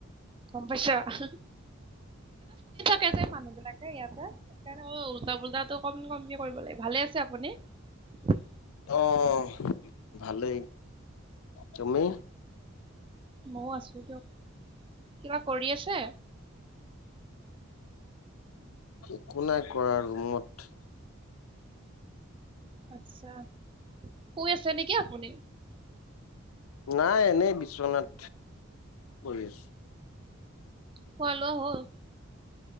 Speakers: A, on the right; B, on the left.
A: গম পাইছা? হঁ-হঁ-হঁ। কে যে মানুহবিলাকে ইয়াতে। সেইকাৰণে উল্টা-পুল্টাটো কম- কমকে কৰিব লাগিব। ভালে আছে আপুনি? <inaudible>
B: অ', ভালেই। তুমি?
A: মইয়ো আছোঁ দিয়ক। কিবা কৰি আছে?
B: একো নাই কৰা ৰুমত।
A: আচ্ছা। শুই আছে নেকি আপুনি?
B: নাই, এনেই বিছনাত পৰি আছোঁ।
A: খোৱা-লোৱা হ'ল?